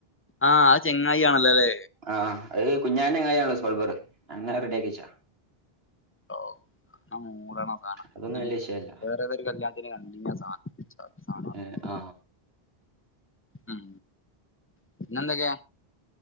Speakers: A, on the left; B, on the right.
A: ആഹ് ആ ചെ ങ്ങായി ആണല്ലോലെ
B: ആഹ് അത് കുഞ്ഞാനെ <unintelligible> സ്പൾബറ് അങ്ങനെ റെഡിയാക്കിച്ചാ
A: ഓ ആ <unintelligible>
B: അതൊന്നും വലിയ വിഷയമല്ല
A: വേറെ ഏതൊരു കല്യാണത്തിന് സാനം
B: ഏ,
A: <unintelligible>
B: ആ
A: ഉം പിന്നെന്തക്കെ?